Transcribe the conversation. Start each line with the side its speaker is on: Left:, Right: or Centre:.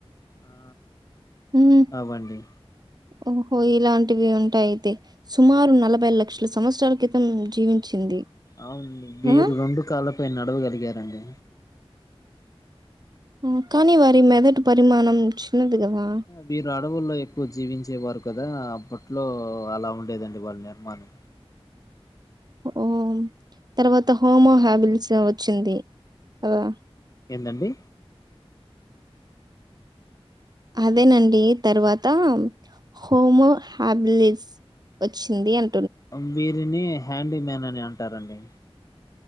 Left: ఆ
Right: హ్మ్.
Left: అవ్వండి
Right: ఓహో ఇలాంటివి ఉంటాయి అయితే సుమారు నలభై లక్షల సంవత్సరాల క్రితం జీవించింది
Left: అవును మీరు
Right: కదా!
Left: రెండు కాళ్ళపై నడవగలిగారండి
Right: హ కానీవారి మెదట్ పరిమాణం చిన్నది గదా!
Left: వీరు అడవుల్లో ఎక్కువ జీవించే వారు కదా అప్పట్లో అలా ఉండేదండి వాళ్ళ నిర్మాణం
Right: ఓ తర్వాత హోమో హ్యాబిల్స్ వచ్చింది కదా
Left: ఏందండి
Right: అదేనండి తర్వాత హోమోహాబిలిట్స్ వచ్చింది అం
Left: అంబీర్ దీని హ్యాండీ మ్యాన్ అని అంటారండి